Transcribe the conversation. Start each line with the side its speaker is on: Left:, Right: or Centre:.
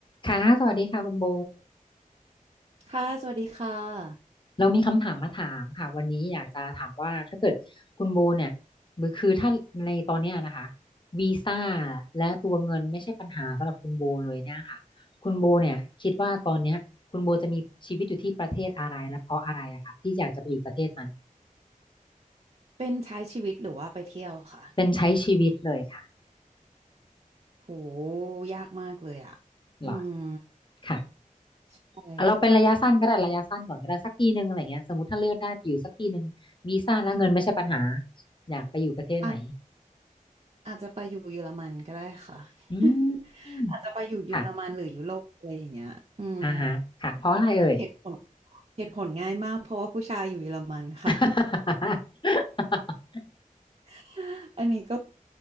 Left: ค่ะสวัสดีค่ะคุณโบ
Right: ค่ะสวัสดีค่ะ
Left: เรามีคำถามมาถามค่ะวันนี้อยากจะถามว่าถ้าเกิดคุณโบเนี่ยคือถ้าในตอนเนี้ยนะคะวีซ่าและตัวเงินไม่ใช่ปัญหาสำหรับคุณโบเลยเนี่ยค่ะคุณโบเนี่ยคิดว่าตอนเนี้ยคุณโบจะมีชีวิตอยู่ที่ประเทศอะไรและเพราะอะไรอะคะที่อยากจะไปอยู่ประเทศนั้น
Right: เป็นใช้ชีวิตหรือว่าไปเที่ยวค่ะ
Left: เป็นใช้ชีวิตเลยค่ะ
Right: โหยากมากเลยอ่ะ
Left: เหรอ
Right: อืม
Left: ค่ะ
Right: ใช่
Left: เอาเราเป็นระยะสั้นก็ได้ระยะสั้นก่อนก็ได้สักปีหนึ่งอะไรเงี้ยสมมติถ้าเลือกได้ไปอยู่สักปีหนึ่งวีซ่าและเงินไม่ใช่ปัญหา
Right: นี่หรอ
Left: อยากไปอยู่ประเทศไหน
Right: อาจอาจจะไปอยู่เยอรมันก็ได้ค่ะ
Left: อืม
Right: <laughs> อาจจะไปอยู่เยอรมันหรือยุโรปอะไรอย่างเงี้ยอืม
Left: ค่ะอ่าฮะค่ะ เพราะอะไรเอ่ย
Right: เหตุผลเหตุผลง่ายมากเพราะว่าผู้ชายอยู่เยอรมันค่ะ
Left: <laughs>
Right: <laughs> อันนี้ก็